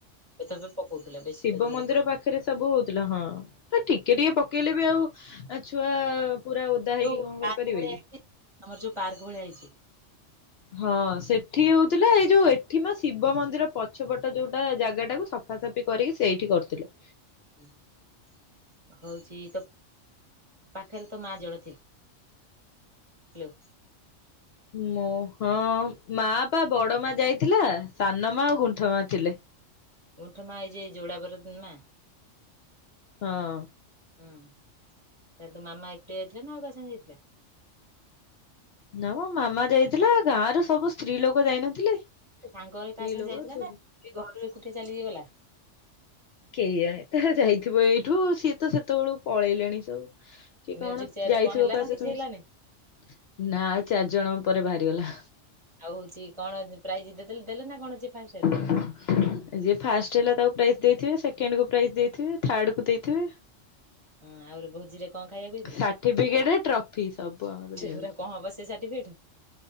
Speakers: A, on the right; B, on the left.
A: ଥୋପେ ଥୋପେ ପକଉଥିଲା ବେଶୀ
B: ଶିବ
A: ତ ଜୋରେ
B: ମନ୍ଦିର ପାଖରେ ସବୁ ହଉଥିଲା ହଁ ଟିକେ ଟିକେ ପକେଇଲେ ବି ଆଉ ଆ ଛୁଆ ପୁରା ଓଦା ହେଇକି
A: ଯୋଉ
B: କଣ
A: ପାର୍କ
B: କରିପାରିବେ
A: ଭଳିଆ
B: କି?
A: ହେଇଛି ଆମର ଯୋଉ ପାର୍କ ଭଳିଆ ହେଇଛି।
B: ହଁ ସେଠି ହଉଥିଲା ଏଇ ଯୋଉ ଏଠି ମ ଶିବ ମନ୍ଦିର ପଛପଟ ଯୋଉଟା ଜାଗା ଟାକୁ ସ ସଫାସଫି କରିକି ସେଇଠି କରୁଥିଲେ।
A: <inaudible> ହଉଛି ତ ପାଖରେ ତ ମା <unintelligible> ଥିଲେ। ହାଲୋ।
B: ମୋ ହଁ ମା ପା ବଡ ମା ଯାଇଥିଲା ସାନ ମା ଆଉ ଗୁଣ୍ଠ ମା ଥିଲେ।
A: ଗୁଣ୍ଠ ମା ଏଇଯିଏ ଯୋଡାବର <unintelligible> ମା
B: ହଁ।
A: ନାଇଁ ତୋ ମାମା ଏକୁଟିଆ ଯାଇଥିଲେ ନା ଆଉ କାହା ସାଙ୍ଗେ ଯାଇଥିଲେ?
B: ନାଁ ମୋ ମାମା ଯାଇଥିଲା ଗାଁ ର ସବୁ ସ୍ତ୍ରୀ ଲୋକ ଯାଇନଥିଲେ।
A: ସାଙ୍ଗରେ
B: ସ୍ତ୍ରୀ
A: କାହା ସାଙ୍ଗେ
B: ଲୋକ
A: ଯାଇଥିଲା
B: ଝିଅ
A: ନା
B: ପିଲା।
A: ଘରୁ ଏକୁଟିଆ ଚାଲି କି ଗଲା?
B: କେୟାଣି ତା ଯାଇଥିବ ଏଇଠୁ ସିଏ ତ ସେତେଓଳୁ ପଳେଇଲେଣି ସବୁ। କି
A: ମ୍ୟୁଜିକ
B: କଣ
A: ଚେୟାରରେ
B: ଯାଇଥିବ
A: କଣ ହେଲା
B: କା
A: ନା କିଛି
B: ସହିତ
A: ହେଲାନି
B: ମିଶି ନା ଚାରି ଜଣ ପରେ ବାହାରିଗଲା।
A: ଆଉ ହଉଛି କଣ ପ୍ରାଇଜ ଦେ ଦେଲେ ଦେଲେ ନା କଣ ଯିଏ ଫାଷ୍ଟ ହେଲା।
B: ଯିଏ ଫାଷ୍ଟ ହେଲା ତାକୁ ପ୍ରାଇଜ୍ ଦେଇଥିବେ ସେକେଣ୍ଡ କୁ ପ୍ରାଇଜ୍ ଦେଇଥିବେ ଥାର୍ଡ କୁ ଦେଇ ଥିବେ
A: ହଁ ଆହୁରି ଭୋଜିରେ କଣ ଖାଇବାକୁ
B: ସାଠିପିକେଟ ଟ୍ରଫି ସବୁ ଆମର
A: ସେଗୁଡା
B: ଦିଆହଉଛି।
A: କଣ ହବ ସାଠିପିକେଟ୍?